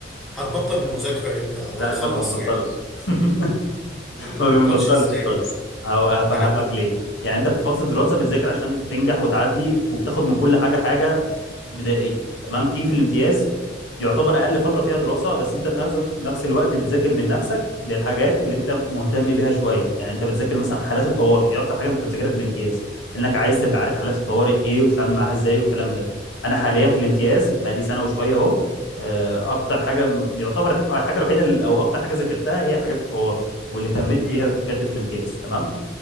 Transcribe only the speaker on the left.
لا
انت ما بتبطلش
<laughs>
ما بنبطلش
خالص
هو هفهمك
ليه يعني انت في فتره دراسه
بتذاكر عشان تنجح وتعدي وبتاخد من كل حاجه حاجه بدائيه تمام تيجي في الامتياز يعتبر اقل فتره فيها دراسه بس انت في نفس نفس الوقت بتذاكر من نفسك للحاجات اللي انت مهتم بيها شويه يعني انت بتذاكر مثلا حالات الطوارئ دي اكتر حاجه انت بتذاكرها في الامتياز انك عايز تبقى عارف حالات الطوارئ ايه وتتعامل معاها ازاي والكلام ده انا حاليا في الامتياز بقى لي سنه وشويه اهو آه، اكتر حاجه م- يعتبر الحاجه الوحيده اللي- او اكتر حاجه ذاكرتها هي حاجات الطوارئ واللي اهتميت
بيها بجد في الامتياز تمام